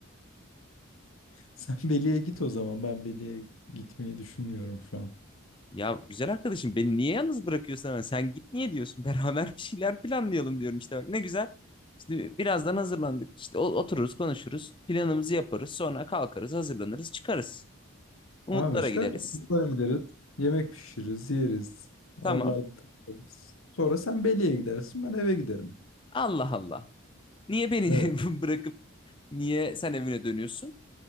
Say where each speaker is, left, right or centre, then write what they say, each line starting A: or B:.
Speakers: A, on the left; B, on the left.
A: <laughs> Sen Beli'ye git o zaman. Ben Beli'ye gitmeyi düşünmüyorum şu an.
B: Ya güzel arkadaşım beni niye yalnız bırakıyorsun hemen? Sen git niye diyorsun? <laughs> Beraber bir şeyler planlayalım diyorum işte bak ne güzel. Şimdi birazdan hazırlandık. İşte o- otururuz konuşuruz. Planımızı yaparız. Sonra kalkarız hazırlanırız çıkarız. Umutlara
A: Tamam işte.
B: gideriz.
A: Oralara gideriz. Yemek pişiririz, yeriz. Oralarda
B: Tamam.
A: takılırız. Sonra sen Beli'ye gidersin. Ben eve giderim.
B: Allah Allah. Niye beni
A: Evet.
B: <laughs> bırakıp niye sen evine dönüyorsun?